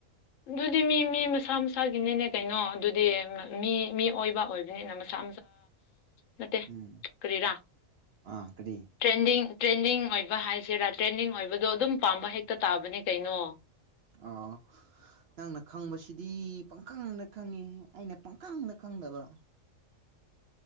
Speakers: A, on the left; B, on the right.
A: ꯑꯗꯨꯗꯤ ꯃꯤ ꯃꯤ ꯃꯁꯥ ꯃꯁꯥꯒꯤꯅꯤꯅꯦ ꯀꯩꯅꯣ ꯑꯗꯨꯗꯤ ꯃꯤ ꯃꯤ ꯑꯣꯏꯕ ꯑꯣꯏꯕꯅꯤꯅ ꯃꯁꯥ ꯅꯠꯇꯦ
B: ꯎꯝ
A: ꯀꯔꯤꯔꯥ
B: ꯑꯥ ꯀꯔꯤ
A: ꯇ꯭ꯔꯦꯟꯗꯤꯡ ꯇ꯭ꯔꯦꯟꯗꯤꯡ ꯑꯣꯏꯕ ꯍꯥꯏꯁꯤꯔꯥ ꯇ꯭ꯔꯦꯟꯗꯤꯡ ꯑꯣꯏꯕꯗꯣ ꯑꯗꯨꯝ ꯄꯥꯝꯕ ꯍꯦꯛꯇ ꯇꯥꯕꯅꯤ ꯀꯩꯅꯣ
B: ꯑ ꯅꯪꯅ ꯈꯪꯕꯁꯤꯗꯤ ꯄꯪꯈꯪꯗ ꯈꯪꯉꯤ ꯑꯩꯅ ꯄꯪꯈꯪꯗ ꯈꯪꯗꯕ
A: <inaudible>